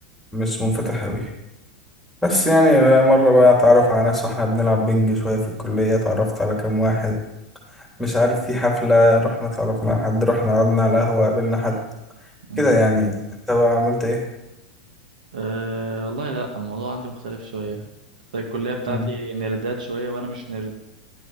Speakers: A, in the centre; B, on the right.
A: مش منفتح أوي بس يعني بقى مرة بقى أتعرف على ناس وإحنا بنلعب بنج شوية في الكلية اتعرفت على كام واحد مش عارف في حفلة رحنا اتعرفنا على حد رحنا قعدنا على قهوة قابلنا حد
B: امم
A: كده يعني أنت بقى عملت إيه؟
B: أه والله لا الموضوع عندي مختلف شويه الكليه بتاعتي
A: مم.
B: نردات شويه وانا مش نرد